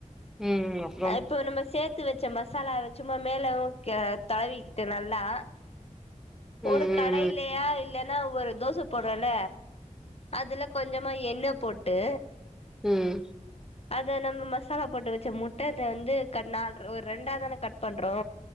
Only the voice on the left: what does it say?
இப்போ நம்ம சே வறுத்து வச்ச மசாலவ சும்மா மேல தடவிக்கிட்டு நல்லா
ஒரு
கடைல்லையா இல்ல ல ஒரு தோச போடுரல அதுல கொஞ்சோ மா என்ன போட்டு
அத நம்ம மசாலா போட்டு வச்ச முட்ட வந்து கட் நால ஒரு ரெண்டா தானே கட் பண்றோ